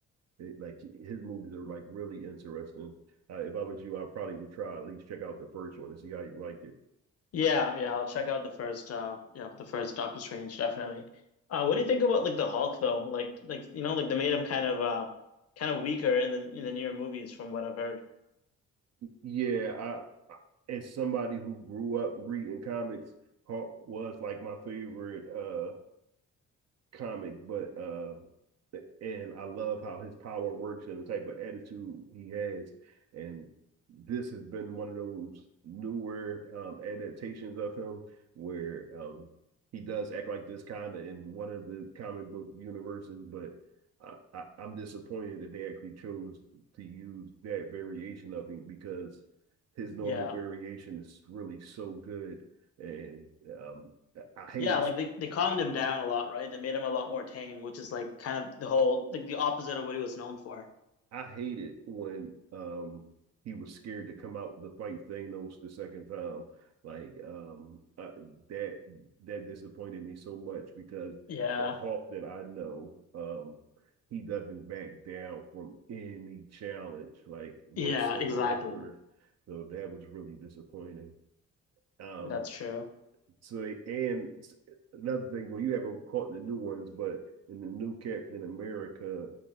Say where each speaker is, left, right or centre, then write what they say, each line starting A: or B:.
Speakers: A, on the right (about 60°); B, on the left (about 55°).
A: it, like his movies are like really interesting. Uh, if I was you, I probably would try at least check out the first one and see how you like it.
B: Yeah, yeah, I'll check out the first uh yeah, the first Doctor Strange definitely. Uh what do you think about like the Hulk though? Like like you know, like they made him kind of uh kind of weaker in the in the newer movies from what I've heard.
A: Yeah, I as somebody who grew up reading comics, Hawk was like my favorite uh comic, but uh, and I love how his power works and the type of attitude he has. And this has been one of those newer um, adaptations of him where um, he does act like this kind of in one of the comic book universes, but. I, I, I'm disappointed that they actually chose to use that variation of him because his normal
B: Yeah.
A: variation is really so good and um, I hated
B: Yeah, like they, they calmed him down a lot, right? They made him a lot more tame, which is like kind of the whole like the opposite of what he was known for.
A: I hated when um he was scared to come out to fight Thanos the second time. Like um I, that that disappointed me so much because
B: Yeah.
A: the Hulk that I know um he doesn't back down from any challenge like whatsoever.
B: Yeah, exactly.
A: So that was really disappointing. Um
B: That's true.
A: so they and another thing well you haven't caught the new ones but in the new Captain America